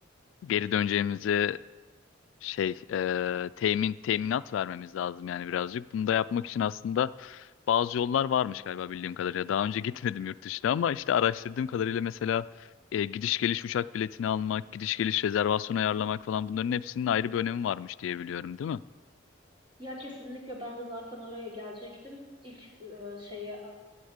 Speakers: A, on the left; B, on the right.
A: geri döneceğimizi şey e, temin teminat vermemiz lazım yani birazcık. Bunu da yapmak için aslında bazı yollar varmış galiba bildiğim kadarıyla. Daha önce <laughs> gitmedim yurt dışına ama işte araştırdığım kadarıyla mesela e, gidiş geliş uçak biletini almak, gidiş geliş rezervasyon ayarlamak falan bunların hepsinin ayrı bir önemi varmış diye biliyorum, değil mi?
B: Ya kesinlikle ben de zaten oraya gelecektim. İlk e, şeyi e,